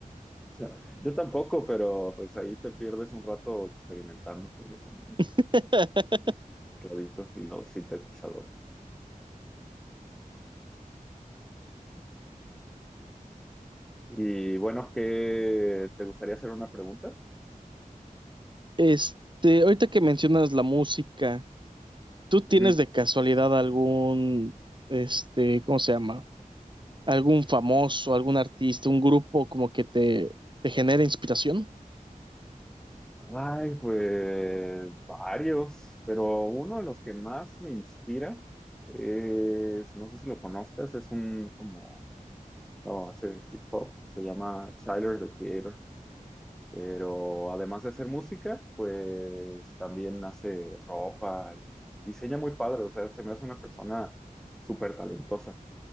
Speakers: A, in the centre; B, on the right (about 35°).
A: O sea, yo tampoco, pero pues ahí te pierdes un rato experimentando con los sonidos.
B: <laughs>
A: tecladito y los sintetizadores. Y bueno, ¿qué te gustaría hacer una pregunta?
B: Este, ahorita que mencionas la música, ¿tú
A: Ujú.
B: tienes de casualidad algún, este, ¿cómo se llama? algún famoso, algún artista, un grupo como que te, te genera inspiración.
A: Ay, pues varios, pero uno de los que más me inspira es, no sé si lo conozcas, es un como, oh, hace hip hop, se llama Tyler, the Creator, pero además de hacer música, pues también hace ropa y diseña muy padre, o sea, se me hace una persona súper talentosa.